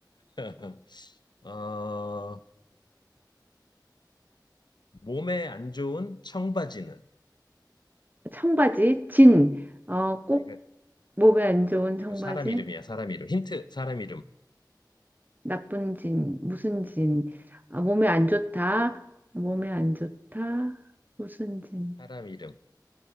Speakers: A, on the left; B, on the right.
A: <laughs> 어, 몸에 안 좋은 청바지는?
B: 청바지, 진. 어, 꼭
A: 아, 이거,
B: 몸에 안 좋은 청바지.
A: 이거 사람 이름이야, 사람 이름. 힌트, 사람 이름.
B: 나쁜 진. 무슨 진. 아, 몸에 안 좋다. 몸에 안 좋다. 무슨 진.
A: 사람 이름.